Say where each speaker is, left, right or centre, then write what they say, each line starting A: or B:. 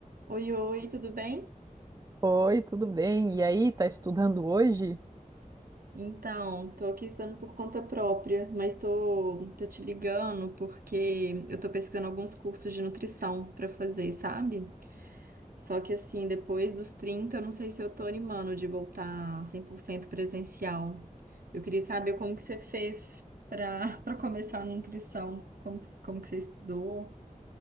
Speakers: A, on the right; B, on the right.
A: Oi, oi, tudo bem?
B: Oi, tudo bem? E aí, tá estudando hoje?
A: Então, tô aqui estudando por conta própria, mas tô, tô te ligando porque eu tô pesquisando alguns cursos de nutrição pra fazer, sabe? Só que assim, depois dos 30, eu não sei se eu tô animando de voltar 100% presencial. Eu queria saber como que você fez pra <laughs> para começar a nutrição, como que, como que você estudou?